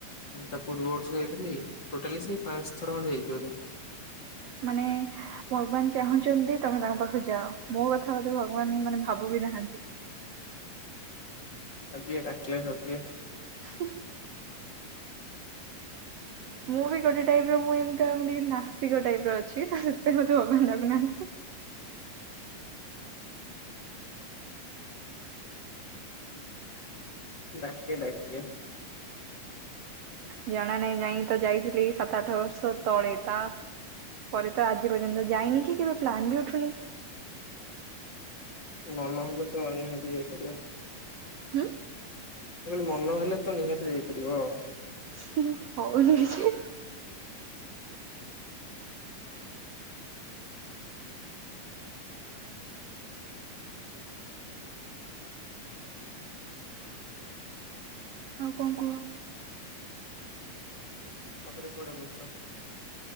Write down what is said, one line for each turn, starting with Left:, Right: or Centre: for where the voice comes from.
Left: ତାପ ପୂର୍ବ ଥିଲ ଟୋଟାଲି ସେ ପାଞ୍ଚ ଥର ଖଣ୍ଡେ ଯାଇଛି ବୋଧେ।
Right: ମାନେ ଭଗବାନ ଚାହୁଁଛନ୍ତି ତମେ ତାଙ୍କ ପାଖକୁ ଯାଅ ମୋ କଥା ବୋଧେ ଭଗ ବାନ ମାନେ ଭାବୁ ବିି ନାହାନ୍ତି
Left: ଆ ବି ରାକିଲ ହଉଛି। <unintelligible>
Right: <inaudible> ମୁଁ ବି ଗୋଟେ ଟାଇପର ମୁଁ ଏମିତି ଆ ଟିକେ ନାସ୍ତିକ ଟାଇପର ଅଛି ସେଥି ପାଇଁ ମୋତେ ଭଗବାନ ଡାକୁନାହାନ୍ତି।
Left: ଡାକିବେ ଡାକିବେ।
Right: ଜଣା ନାହିଁ ଯାଇ ତ ଯାଇଥିଲି ସାତ ଆଠ ବର୍ଷ ତଳେ ତା ପରେ ତ ଆଜି ପର୍ଯ୍ୟନ୍ତ ଯାଇନି କି କେବେ ପ୍ଲାନ୍ ବି ଉଠୁନି
Left: <unintelligible> ଗର୍ମ ହେଲେ ତ ନିହାତି ଯାଇପାରିବା <unintelligible>
Right: ହୁଁ।
Left: ମୁଁ କହିଲି ମନ ହେଲେ ତ ନିହାତି ଯାଇପାରିବ ଆଉ
Right: ସେ ହଉନ କିଛି ଆଉ କଣ କୁହ?
Left: <unintelligible> ପାଖ କଟେ ବଛ <inaudible>